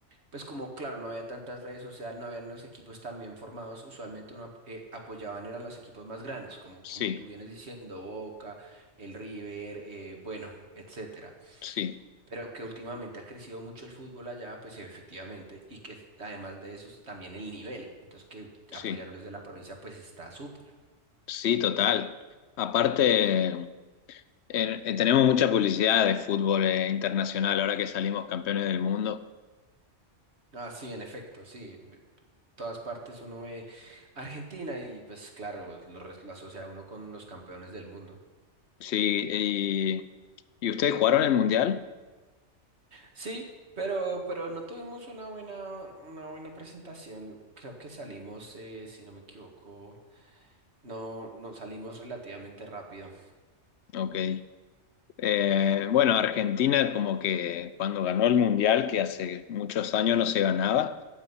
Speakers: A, on the right; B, on the left.
A: pues como claro, no había tantas redes sociales, no habían los equipos tan bien formados, usualmente uno ap- eh, apoyaban eran los equipos más grandes, como,
B: sí,
A: como tú vienes diciendo, Boca, el River, eh, bueno, etcétera.
B: sí,
A: Pero que últimamente ha crecido mucho el fútbol allá, pues efectivamente, y que además de eso es también el nivel. Entonces que
B: sí,
A: apoyar a los de la provincia pues está súper.
B: sí, total. Aparte... Eh, eh, tenemos mucha publicidad de fútbol eh, internacional ahora que salimos campeones del mundo.
A: Ah, sí, en efecto, sí. me- Todas partes uno ve Argentina y pues claro, lo, res- lo asocia uno con los campeones del mundo.
B: Sí, y, ¿y ustedes jugaron el mundial?
A: Sí, pero, pero no tuvimos una buena, una buena presentación. Creo que salimos, eh, si no me equivoco, no, no salimos relativamente rápido.
B: Ok. Eh, bueno, Argentina como que cuando ganó el mundial, que hace muchos años no se ganaba,